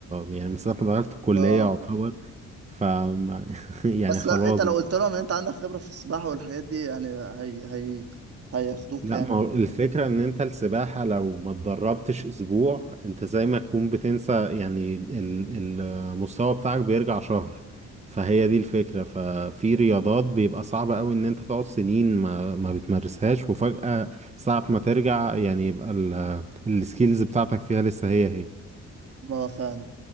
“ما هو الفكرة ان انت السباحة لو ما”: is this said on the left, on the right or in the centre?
Right